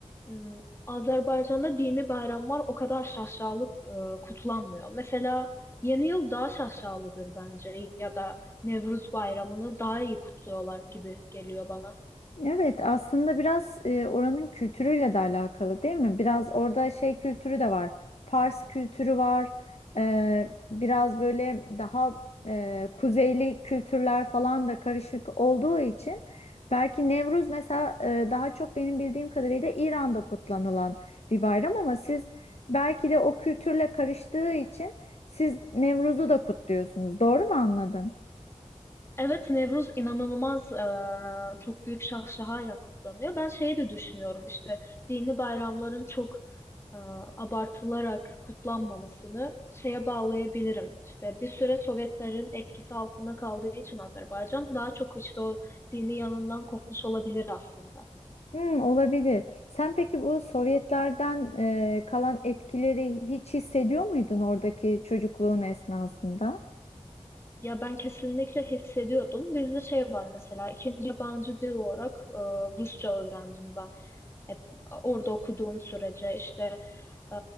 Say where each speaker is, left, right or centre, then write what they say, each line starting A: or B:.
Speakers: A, on the left; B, on the left.
A: m, Azerbaycan'da dini bayramlar o kadar şaşalı e, kutlanmıyor. Mesela Yeni Yıl daha şaşalıdır bence ya da Nevruz Bayramı'nı daha iyi kutluyorlar gibi geliyor bana.
B: Evet, aslında biraz e, oranın kültürüyle de alakalı değil mi? Biraz orada şey kültürü de var. Fars kültürü var. E, biraz böyle daha e, kuzeyli kültürler falan da karışık olduğu için belki Nevruz mesela e, daha çok benim bildiğim kadarıyla İran'da kutlanılan bir bayram ama siz belki de o kültürle karıştığı için siz Nevruz'u da kutluyorsunuz. Doğru mu anladım?
A: Evet, Nevruz inanılmaz e, çok büyük şahşahayla kutlanıyor. Ben şeyi de düşünüyorum işte dini bayramların çok e, abartılarak kutlanmamasını şeye bağlayabilirim. İşte bir süre Sovyetlerin etkisi altında kaldığı için Azerbaycan daha çok işte o dini yanından kopmuş olabilir aslında.
B: Hmm, olabilir. Sen peki bu Sovyetlerden e, kalan etkileri hiç hissediyor muydun oradaki çocukluğun esnasında?
A: Ya ben kesinlikle hissediyordum. Bizde şey var mesela ikinci yabancı dil olarak e, Rusça öğrendim ben. Hep orada okuduğum sürece işte e,